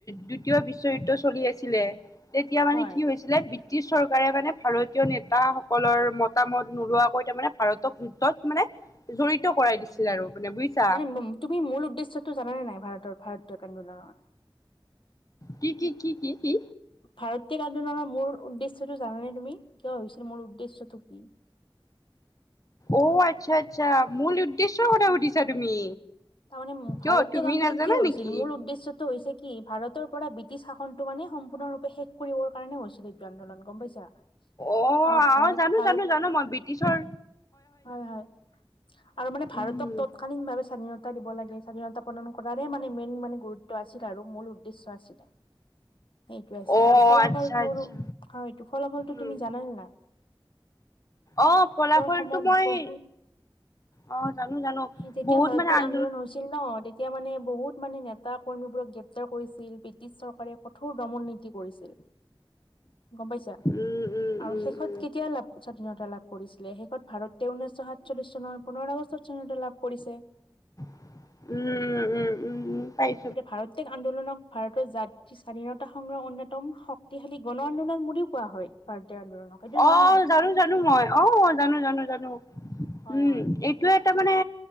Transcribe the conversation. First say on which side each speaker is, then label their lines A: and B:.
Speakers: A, on the left (about 40°); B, on the left (about 70°).
A: দ্বিতীয় বিশ্বযুদ্ধ চলি আছিলে, তেতিয়া মানে
B: হয়
A: কি হৈছিলে ব্ৰিটিছ চৰকাৰে মানে ভাৰত কিয় নেতাসকলৰ মতামত নোলোৱাকৈ তাৰ মানে ভাৰতক যুদ্ধত মানে জড়িত কৰাই দিছিল আৰু মানে বুজিছা
B: মানে তুমি মূল উদ্দেশ্যয়তটো জানানে নাই ভাৰতৰ ভাৰতক আন্দোলনৰ।
A: কি কি কি কি কি?
B: ভাৰতীয়ক আন্দোলনৰ মূল উদ্দেশ্যটো জানানে তুমি কিয় হৈছিল মূল‌ উদ্দেশ্যটো কি?
A: অ আচ্ছা আচ্ছা মূল উদ্দেশ্যৰ কথা সুধিছা তুমি।
B: তাৰমানে
A: কিয়
B: ভাৰতীয়ক
A: তুমি
B: আন্দোলন
A: নাজানা
B: কিয় হৈছিল
A: নেকি
B: মূল উদ্দেশ্যটো হৈছে কি ভাৰত টৌ‌ পৰা ব্ৰিটিছ‌ শাসনটো মানে সম্পূৰ্ণৰূপে শেষ কৰিবৰ কাৰণে হৈছিলে এইটো আন্দোলন গম পাইছা।
A: অ
B: আৰু ভাৰত
A: অ জানো
B: ভাৰত
A: জানো জানো মই ব্ৰিটিছৰ
B: হয় হয়। আৰু মানে ভাৰতক
A: উম
B: তৎকীনাৱে স্বাধীনতা দিব লাগে স্বাধীনতা পালন কৰাৰে মানে মেইন মানে গুৰুত্ব আছিল আৰু মূল উদ্দেশ্য আছিলে। সেইটো আছে
A: অ
B: আৰু ফলাফলটোৰ
A: আচ্ছা আচ্ছা
B: অ এইটো ফলাফলটো
A: উম
B: তুমি জানানে নাই‌
A: অ ফলাফল
B: সময়ত
A: টো মই
B: বহু
A: অ জানো জানো
B: সেই যেতিয়া
A: বহুত
B: ভাৰত
A: মানে
B: ত্যাগ
A: আন
B: আন্দোলন হৈছিল ন তেতিয়া মানে বহুত মানে নেতা কৰ্মীবোৰক গ্ৰেপ্তাৰ কৰিছিল ব্ৰিটিছ চৰকাৰে কঠোৰ দমন নীতি কৰিছিল গম পাইছা।
A: উম উম
B: আৰু
A: উম
B: শেষত
A: উম
B: কেতিয়া লাভ স্বাধীনতা লাভ কৰিছিলে শেষত ভাৰতে ঊনৈছশ সাতচল্লিশ চনৰ পোন্ধৰ আগষ্ট <unintelligible> লাভ কৰিছে
A: উম উম উম উম উম পাই
B: এ ভাৰতেক আন্দোলনক ভাৰতৰ জাতি স্বাধীনতা সংগ্ৰহ অন্যতম শক্তিশালী গণ- নন বুলিও কোৱা হয়। ত্যাগ আন্দোলনক এইটো জানা
A: অ
B: নাই তুমি
A: জানো জানো মই অ জানো জানো জানো উম
B: হয় হয়
A: এইটোয় এটা মানে